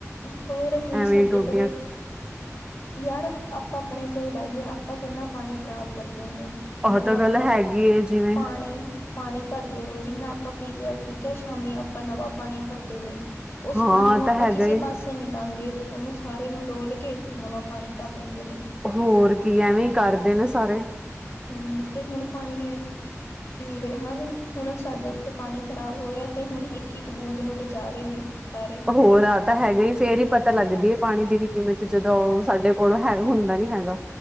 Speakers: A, on the left; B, on the right.
A: ਹੋਰ ਹੁਣ
B: ਐਵੇਂ
A: ਸਾਡੇ
B: ਟੁੰਟੀਆਂ
A: ਘਰੇ ਯਾਰ ਆਪਾਂ ਆਪਣੇ ਤੋਂ ਹੀ ਲਾਈਏ ਆਪਾਂ ਕਿੰਨਾ ਪਾਣੀ ਖ਼ਰਾਬ ਕਰਦੇ ਨੇ ਜਿਵੇਂ
B: ਉਹ ਤਾਂ
A: ਆਪਾਂ
B: ਗੱਲ ਹੈਗੀ ਏ ਜਿਵੇਂ
A: ਪਾਣੀ-ਪਾਣੀ ਭਰਦੇ ਨੇ ਜਿੰਨਾ ਆਪਾਂ ਪੀ ਲਿਆ ਠੀਕ ਹੈ ਸ਼ਾਮੀ ਆਪਾਂ ਨਵਾਂ ਪਾਣੀ ਭਰਦੇ ਨੇ ਉਸ
B: ਹਾਂ
A: ਪਾਣੀ ਨੂੰ ਆਪਾਂ
B: ਤਾਂ ਹੈਗਾ
A: ਕਿਸੇ
B: ਈ
A: ਪਾਸੇ ਨੀ ਲਾਉਂਦੇ ਉਹਨੂੰ ਸਾਰੇ ਨੂੰ ਡੋਲ ਕੇ ਨਵਾਂ ਪਾਣੀ ਭਰ ਲੈਂਦੇ ਨੇ
B: ਹੋਰ ਕੀ ਐਵੇਂ ਕਰਦੇ ਨੇ ਸਾਰੇ
A: ਹਮ ਤੇ ਹੁਣ ਪਾਣੀ ਰਿਹਾ ਨੀ ਹੁਣ ਸਾਡੇ ਇੱਥੇ ਪਾਣੀ ਖ਼ਰਾਬ ਹੋਇਆ ਤੇ ਹੁਣ ਇੱਕ ਇੱਕ ਬੂੰਦ ਨੂੰ ਬਚਾ ਰਹੇ ਨੇ ਸਾਰੇ
B: ਹੋਰ ਆ ਤਾਂ ਹੈਗਾ ਹੀ ਫੇਰ ਹੀ ਪਤਾ ਲੱਗਦੀ ਹੈ ਪਾਣੀ ਦੀ ਵੀ ਕੀਮਤ ਜਦੋਂ ਉਹ ਸਾਡੇ ਕੋਲ ਹੈਗਾ ਹੁੰਦਾ ਨੀ ਹੈਗਾ